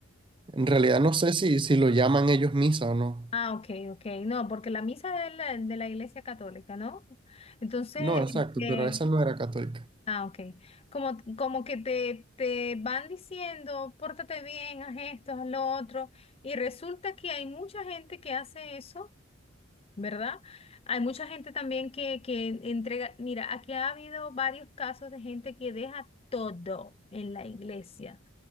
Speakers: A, on the right; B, on the left.
A: En realidad no sé si, si lo llaman ellos misa o no.
B: Ah, ok, ok. No, porque la misa es la, de la Iglesia Católica, ¿no? Entonces,
A: No, exacto,
B: este,
A: pero esa no era católica.
B: ah, ok. Como, como que te, te van diciendo, pórtate bien, haz esto, haz lo otro. Y resulta que hay mucha gente que hace eso ¿verdad? Hay mucha gente también que, que entrega, mira, aquí ha habido varios casos de gente que deja todo en la iglesia.